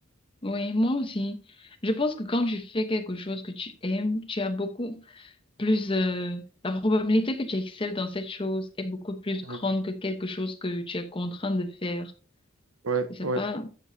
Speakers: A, on the left; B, on the right.
A: Oui, moi aussi. Je pense que quand tu fais quelque chose que tu aimes, tu as beaucoup plus, euh, la probabilité que tu excelles dans cette chose est beaucoup plus
B: Mhm.
A: grande que quelque chose que tu es contraint de faire.
B: Ouais,
A: Je sais
B: ouais.
A: pas,